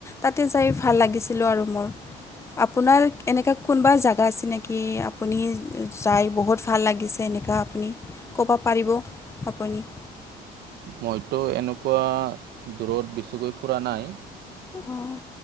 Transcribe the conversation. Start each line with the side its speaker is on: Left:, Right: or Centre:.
Left: তাতে যাই ভাল লাগিছিলো। আৰু মোৰ আপোনাৰ এনেকুৱা কোনোবা জেগা আছে নেকি? আপুনি যাই বহুত ভাল লাগিছে এনেকুৱা আপুনি ক'ব পাৰিব আপুনি?
Right: মইতো এনেকুৱা দূৰত বেছিকৈ ফুৰা নাই।
Left: অঁ